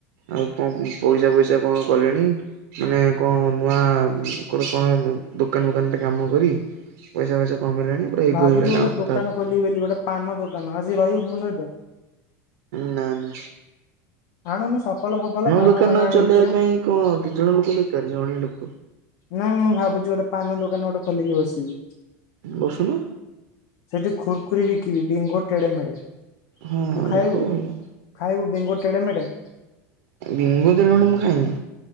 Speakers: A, on the right; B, on the left.
A: ଆଉ କଣ ପଇସା ପଇସା କଣ କଲେଣି, ମାନେ କଣ ନୂଆ କଣ ଦୋକାନ ଫୋକାନ ରେ କାମକରି ପଇସା ଫଇସା କମେଇଲାଣି ଇଗୋ
B: ଭାବୁଛି
A: ହେଇଗଲାଣି
B: ଗୋଟେ
A: ଆଉ
B: ଦୋକାନ
A: କଥାବାର୍ତ୍ତା କହୁନି।
B: ଖୋଲିବି ବୋଲି ଗୋଟେ ପାନ ଦୋକାନ ଆସିକି ରହିବୁ ମୋ ସହିତ?
A: ନା ନା
B: ଆଣୁନୁ ସଫଲ ଫପଲ ପାନ
A: ଦୋକାନ
B: ଫାନ ଆଣି
A: ଚଲେଇବା
B: ବିକିବା
A: ପାଇଁ କଣ ଦି ଜଣ ଲୋକ ଦରକାର ଜଣେ ଲୋକ।
B: ନାଇଁ ମୁଁ ଭାବୁଛି ଗୋଟେ ପାନ ଦୋକାନ ଗୋଟେ ଖୋଲିକି ବସିବି।
A: ବସୁନ
B: ସେଠି ଖୁୁରକୁୁରୀ ବିକିବି ବିଙ୍ଗୋ ଟେଡେ ମେଢେ
A: ହଁ
B: ତୁ ଖାଇବୁ?
A: ବିକ ଭଲ
B: ଖାଇବୁ ବେଙ୍ଗୋ ଟେଡେ ମେଢେ
A: ବିଙ୍ଗୋ ତେଢ଼େ ମେଢେ ମୁଁ ଖାଏନି।